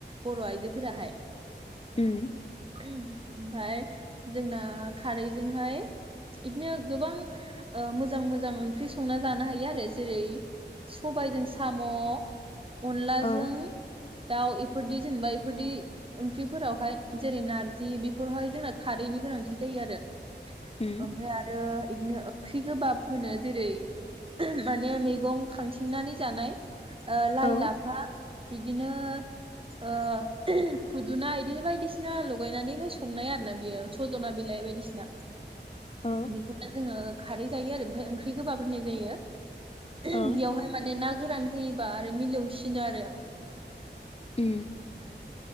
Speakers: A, on the right; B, on the left.
A: बर' आइजोफोराहाय
B: उम
A: ओमफाय जोंना खारैजोंहाय बिदिनो गोबां ओ मोजां मोजां ओंख्रि संनानै जानो हायो आरो जेरै सबायजों साम' अनलाजों
B: औ
A: दाउ एफोरदि जेनेबा एफोरदि ओंख्रिफोरावहाय जेरै नारजि बेफोरावहाय जोंना खारैनि गोनांथि जायो आरो
B: उम
A: ओमफ्राय आरो बिदिनो ओंख्रि गोबाब होनो जेरै माने मैगं खांथिंनानै जानाय ओ लाइ
B: औ
A: लाफा बिदिनो ओ खुदुना बिदिनो बायदिसिना लगायनानैहाय संनाय आरो ना बियो सजना बिलाइ बायदिसिना
B: औ
A: हेलौ जोङो खारै जायो आरो ओमफ्राय ओंख्रि गोबाब होननाय जायो। बेयावहाय
B: औ
A: माने ना गोरान होयोबा आरो मिलौसिनो आरो
B: उम